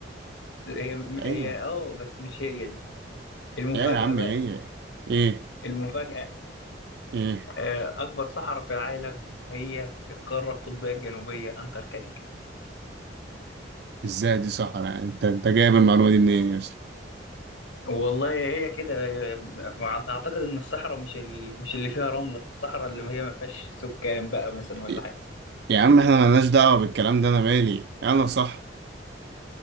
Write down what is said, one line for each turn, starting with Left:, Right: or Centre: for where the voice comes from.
Left: هي
Right: ايوه
Left: هي اه بس مش هي دي المفاجاه
Right: يا يا عم
Left: بقى
Right: هي ايه
Left: المفاجاه
Right: ايه
Left: آه، اكبر صحراء في العالم هي القاره القطبيه الجنوبيه انتاركتيكا
Right: ازاي دي صحراء يعني انت انت جايب المعلومة دي منين اصلا
Left: والله هي كده آه، اعتقد ان الصحراء مش ال... مش اللي فيها رمله الصحراء اللي هي ما فيهاش سكان بقى مثلا ولا
Right: يا
Left: حاجه
Right: يا عم احنا ملناش دعوة بالكلام ده انا مالي انا صح